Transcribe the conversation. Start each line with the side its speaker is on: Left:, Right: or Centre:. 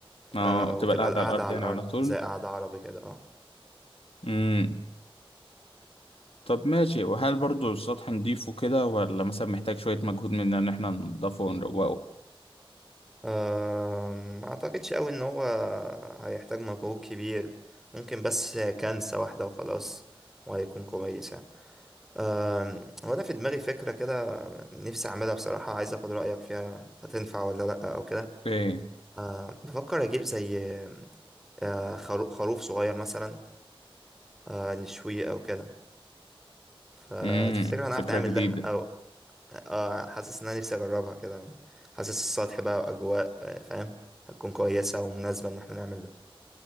Left: اه
Centre: آه
Left: تبقى
Centre: وتبقى
Left: القعدة
Centre: القعده
Left: على الارض
Centre: على
Left: يعني
Centre: الارض
Left: على طول
Centre: زي قعده عربي كده اه
Left: امم طب ماشي وهل برضو السطح نضيفه كده ولا مثلا محتاج شوية مجهود مننا ان احنا ننضفه ونروقه
Centre: آه، ما اعتقدش قوي ان هو هيحتاج مجهود كبير ممكن بس كنسه واحده وخلاص وهيكون كويس يعني آم، هو انا في دماغي فكره كده نفسي اعملها بصراحه عايز اخد رايك فيها هتنفع ولا لا او كده
Left: ايه
Centre: آه بفكر اجيب زي آه خرو- خروف صغير مثلا آه نشويه او كده فتفتكر
Left: امم
Centre: هنعرف
Left: فكرة
Centre: نعمل
Left: جديدة
Centre: ده او اه حاسس ان انا نفسي اجربها كده حاسس السطح بقى واجواء آه، فاهم هتكون كويسة ومناسبة ان احنا نعمل ده